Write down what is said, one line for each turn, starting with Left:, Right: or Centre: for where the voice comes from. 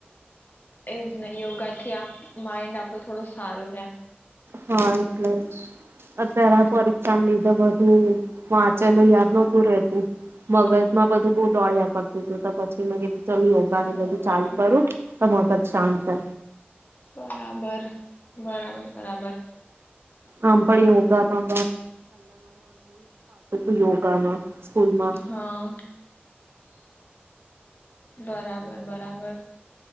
Left: એ જ નહી યોગા થી માઈન્ડ આપણું થોડું સારું રહેે
Right: હા એટલે જ અત્યારે આ ફોલીધા બધું હમ્મ વાંચેલું યાદ નહોતું રતું
Left: હા
Right: મગજમાં બધું બહુ દોળિયા કરતું બીજું તો પછી મે ચલ યોગાને
Left: હા
Right: બધું ચાલુ કરું તો મગજ શાંત
Left: બરાબર બરાબર બરાબર
Right: આમ પણ યોગા મા <unintelligible> યોગામાં સ્કૂલમાં
Left: હા બરાબર બરાબર